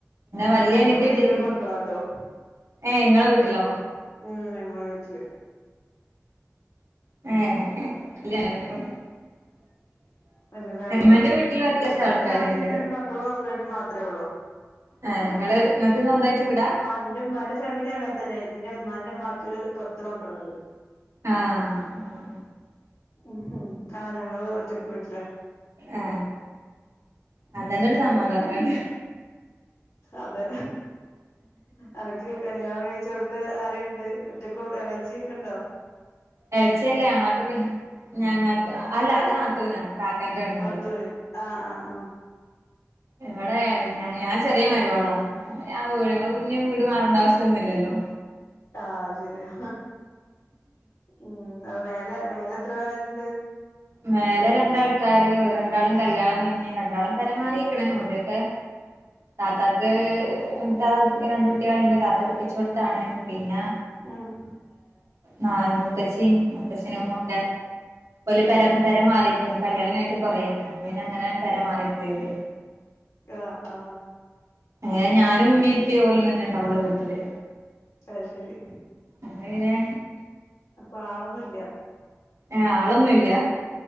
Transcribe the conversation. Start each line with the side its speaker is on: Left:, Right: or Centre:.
Left: ഞാന്
Right: വല്യ
Left: ഞങ്ങളും
Right: അനിയത്തി ഡിഗ്രി
Left: ഏഴ് മക്കളാട്ടോ
Right: ഏ ങ്ങളെ വീട്ടിലോ
Left: ഉം ഞങ്ങളെ വീട്ടില്
Right: ഏ <unintelligible>
Left: വല്ല്യ ഫാമിലിയാ
Right: ഇമ്മന്റെ വീട്ടിലും അത്യാവശ്യം
Left: ഇവടെ
Right: ആൾക്കാരുണ്ട്
Left: ഇപ്പ ഞാനും ഇൻ്റെ രണ്ട് മക്കളും ഹസ്ബൻറും മാത്രേ ഉള്ളൂ
Right: ഏ
Left: മ്മ്
Right: ഇങ്ങള് ഇങ്ങക്ക് സ്വന്തായിട്ട് വീടാ
Left: ആ ഈന്റെമ്മാന്റെ ഫാമിലി അങ്ങൻ തന്നെ ഇൻ്റേമ്മാൻ്റ് ഇന്റെമ്മാൻ്റെമ്മാക് പത്ത് മാക്കള്ണ്ട്
Right: ആ ആ
Left: മ്മ് ആ ഞങ്ങള് ഒറ്റക്ക് വീട്ട്ലാ
Right: ആ അതെന്നൊര്
Left: ഉം
Right: സമാദാനാണ്
Left: അതെ അനക്ക് കല്യാണം കഴിച് ച്ചോട്ത്ത് ആരേണ്ട് ഒറ്റക്ക് ഏളേച്ചി ഒക്കെ ഇണ്ടോ
Right: ഏളച്ചിയല്ലാ ഞങ്ങൾക്കൊക്കെ ഞങ്ങക്ക് അല്ല അ നാത്തൂനാ കാക്കന്റെ പെണ്ണ്ങ്ങള്
Left: നാത്തൂന് ആ ആ ആ
Right: ഇവിടെ ഞ ഞാൻ ചെറിയ മരോളാ ഞ് ആ വീട് ഞങ്ങള് ഇഞാവീട് മാറണ്ടാവശ്യൊന്നുല്ലല്ലോ
Left: ആ ശരിയാ മ്മ് ളേലെ മേലെ എത്ര പേരുണ്ട്
Right: മേലെ രണ്ടാൾക്കാര് രണ്ടാളും കല്യാണം കഴിഞ്ഞ് രണ്ടാളും പെരമാറിക്കണ് ഓലൊക്കെ താത്തക്ക് താ രണ്ട കുട്ടികളുണ്ട് താത്തക്ക് കെട്ടിച്ചോടുത്താണ് പിന്നെ
Left: ഉം
Right: നായമുത്തച്ചിയും മൂത്തച്ഛനും ഒക്കെ
Left: ഉം
Right: പ
Left: ഉം
Right: പെരമാറിക്കണ് കല്യാണം കിട്ട് കൊറേക്കണ അപ്പൊ പിന്നെ അങ്ങനെ പരമാറിപ്പോയല്ലേ
Left: ആ ആ
Right: ഏ ഞാനും ഉമ്മേ ഇപ്പെ പോലും തന്നെുണ്ട് അവളെ വീട്ടില്
Left: ആയ് ശരി
Right: അങ്ങനെ
Left: അപ്പൊ ആളൊന്നുല്ല
Right: എഹ് ആളൊന്നുല്ല